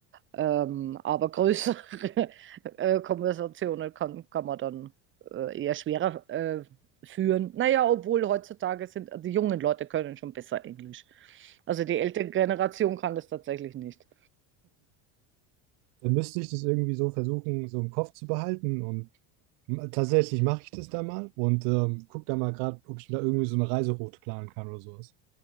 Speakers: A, on the right; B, on the right.
A: Ähm, aber größere <laughs> äh, Konversationen kann, kann man dann äh, eher schwerer äh, führen. Naja, obwohl heutzutage sind die jungen Leute können schon besser Englisch. Also die ältere Generation kann das tatsächlich nicht.
B: dann müsste ich das irgendwie so versuchen, so im Kopf zu behalten und m- tatsächlich mache ich das da mal und ähm, guck da mal gerade, ob ich da irgendwie so eine Reiseroute planen kann oder sowas.